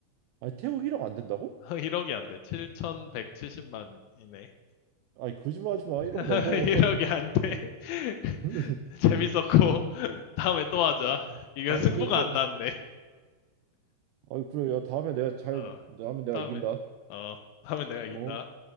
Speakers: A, on the right; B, on the left.
A: 아니 태국 1억 안 된다고?
B: <laughs> 1억이 안 돼. 7,170만이네.
A: 그- 아니 거짓말하지 마
B: <laughs>
A: 1억 넘어
B: 이억이 안 돼. <laughs>
A: <laughs>
B: 재밌었고, <laughs> 다음에 또 하자.
A: 아니
B: 이거
A: 아닌데
B: 승부가
A: 1억
B: 안 났네.
A: 아니 그래요 다음에 내가 잘
B: 어,
A: 다음에 내가
B: 다음에,
A: 이긴다
B: 어, 다음에 내가 이긴다.
A: 어